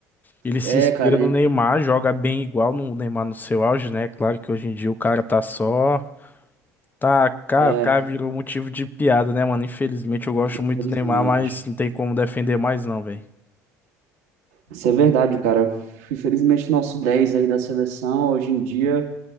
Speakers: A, on the left; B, on the right.
A: Ele se
B: É,
A: inspira
B: cara,
A: no
B: ele.
A: Neymar, joga bem igual no Neymar no seu auge, né? Claro que hoje em dia o cara tá só, tá, cara,
B: é,
A: o cara virou motivo de piada, né, mano? Infelizmente eu gosto muito
B: Infelizmente.
A: do Neymar, mas não tem como defender mais não, velho.
B: Isso é verdade, cara. Infelizmente, nosso 10 aí da seleção, hoje em dia,